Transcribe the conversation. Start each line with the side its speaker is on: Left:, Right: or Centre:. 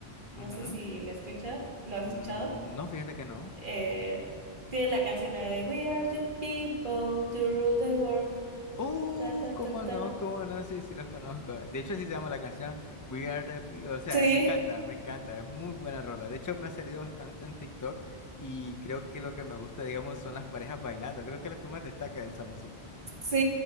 Right: No
Left: Ujú.
Right: sé si la escucha, lo has
Left: Mm,
Right: escuchado.
Left: No, fíjate que no.
Right: Eh, tiene la canción de We are the people to rule the world.
Left: Uh,
Right: Ta, ta,
Left: cómo
Right: ta, ta.
Left: no, cómo no, sí, sí los conozco. De hecho, así se llama la canción We Are the People. O sea,
Right: Sí,
Left: me encanta, me encanta, es muy buena rola. De hecho, me ha salido bastante en TikTok y creo que lo que me gusta, digamos, son las parejas bailando. Creo que es lo que más destaca de esa música.
Right: sí,